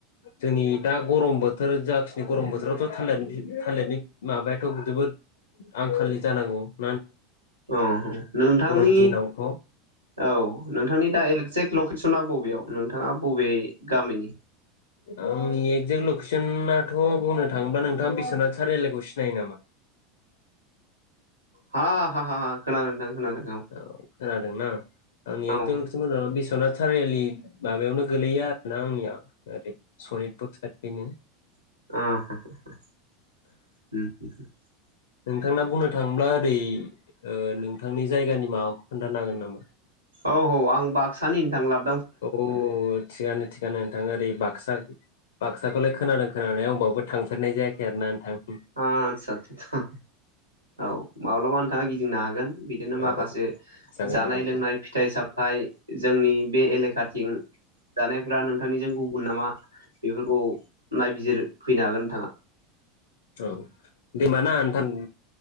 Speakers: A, on the left; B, on the right.
A: जोंनि दा गरम बोथोर जाखिनि गरम बोथोरावथ' थालिनि बि थालिनि बि माबायाथ' जोबोद आंखालनि जानांगौ <inaudible>
B: अ नोंथांनि
A: गरम दिनावथ'
B: औ नोंथांनि दा एक्जेक्ट लकेसना बबेयाव नोंथाङा बबे गामिनि।
A: आंनि एकजेक्ट लकेसनाथ' बुंनो थाङोब्ला नोंथाङा बिस्वनाथ सारलइखौ सिनायो नामा।
B: हा हा हा हा। खोनानो नोंथां खोनादों।
A: औ खोनादोंना। <unintelligible> आंनि
B: औ
A: आइतेम एसे मोजां आनो बेस नाथ चारि आलि। माबायावनो गोलैयो आरो ना आंनिया। <unintelligible> ओरै सनितपुर साइडनिनो।
B: उम उम
A: नोंथांना बुंनो थाङोब्ला दै ओ नोंथांनि जायगानि माबाखौ खोन्थानो हागोन नामा?
B: औ औ आं बाक्सानि नोंथां ला
A: औ थिगानो थि गानो नोंथां ओरै बाक्सा बाक्साखौलाय खोनादों खोनानानै आं बावबो थांफेरनाय जायाखै आरो ना नोंथां।
B: ओ आदसा आदसा औ माब्लाबा नोंथाङा गिंदिंनो हागोन। बिदिनो माखासे
A: औ जागोन
B: जानाय-लोंनाय
A: जागोन जागोन
B: फिथाइ-सामथाइ जोंनि बे एलेखाथिं जानायफोरा नों नोंथांनिजों गुबुन नामा बेफोरखौ नायबिजिरफैनो हागोन नोंथाङा।
A: औ दे होनबा ना नोंथां।